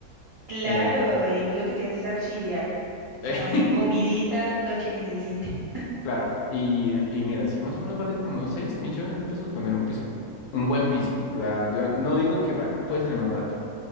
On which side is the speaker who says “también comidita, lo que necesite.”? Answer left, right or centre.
Right